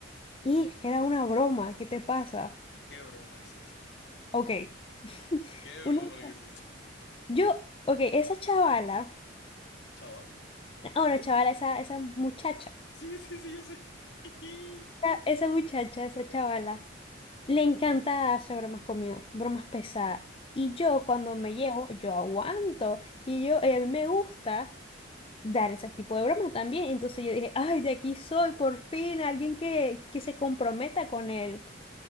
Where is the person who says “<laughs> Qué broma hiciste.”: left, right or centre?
Left